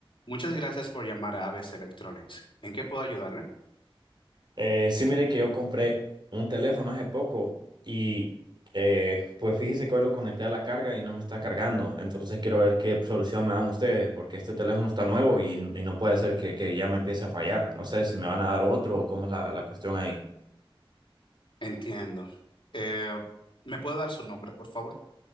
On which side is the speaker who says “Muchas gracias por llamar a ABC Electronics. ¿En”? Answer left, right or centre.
Left